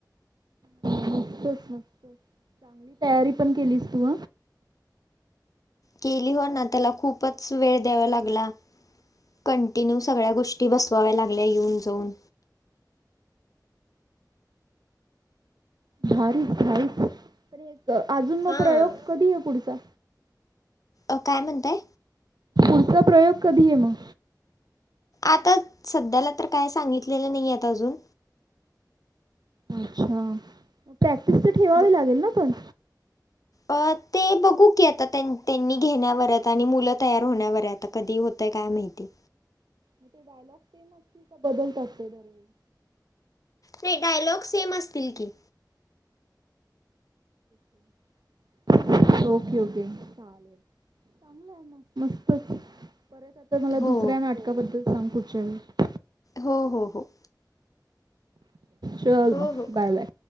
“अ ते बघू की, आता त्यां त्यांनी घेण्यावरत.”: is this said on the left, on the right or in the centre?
Left